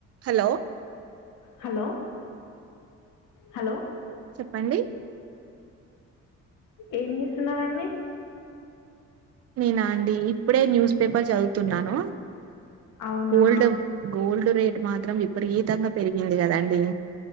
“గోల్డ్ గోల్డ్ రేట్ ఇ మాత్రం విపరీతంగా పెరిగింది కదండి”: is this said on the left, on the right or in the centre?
Right